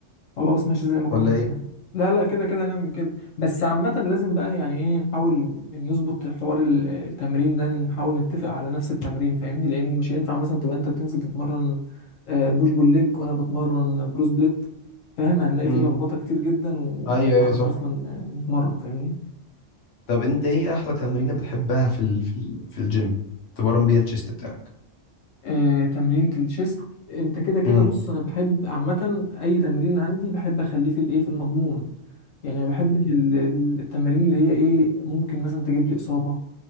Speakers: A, on the left (about 85°); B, on the left (about 60°).
A: خلاص ماشي زي ما كنا
B: ولا
A: بنعمل
B: ايه
A: لا لا كده كده نعمل كده بس عامة لازم بقى يعني ايه نحاول نظبط حوار ال- التمرين ده نحاول نتفق على نفس التمرين فاهمني لان مش هينفع مثلا تبقى انت بتنزل تتمرن آه، بوش بول ليج وانا بتمرن بروس بليت فاهم هنلاقي
B: امم
A: فيه لخبطة كتير جدا ومش
B: ايوه ايوه
A: هنعرف
B: صح
A: اصلا آه، نتمرن فاهمني
B: طب انت ايه احلى تمرينة بتحبها في ال... في ال... في الجيم تمرن بيها الشيست بتاعك
A: آه، تمرينة الشيست انت كده كده
B: امم
A: بص انا بحب عامة اي تمرين عندي بحب اخليه في الايه في المضمون يعني ما بحبش ال- ال- التمارين اللي هي ايه ممكن مثلا تجيب لي اصابة